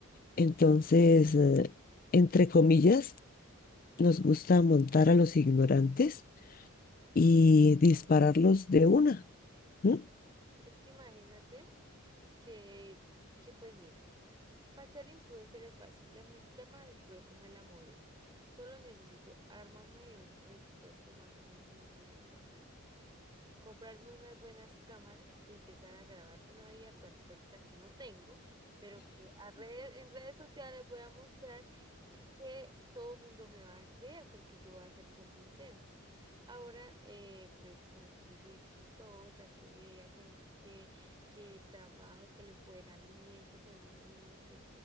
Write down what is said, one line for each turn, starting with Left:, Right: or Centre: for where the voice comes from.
Left: Entonces, eh, entre comillas, nos gusta montar a los ignorantes y dispararlos de una. ¿m?
Right: Es que imagínate. que, que pues mira, para ser influencer es fácil, ya me, ya me averigüé cómo es la movida. Solo necesito armarme de un presupuesto más o menos no muy alto, comprarme unas buenas cámaras y empezar a grabar una vida perfecta que no tengo, pero que a redes- en redes sociales voy a mostrar y que todo el mundo me va a creer porque yo voy a ser convincente. Ahora, eh, pues como que yo soy exitosa, que vea, que no sé qué que el trabajo, que el empoderamiento femenino, que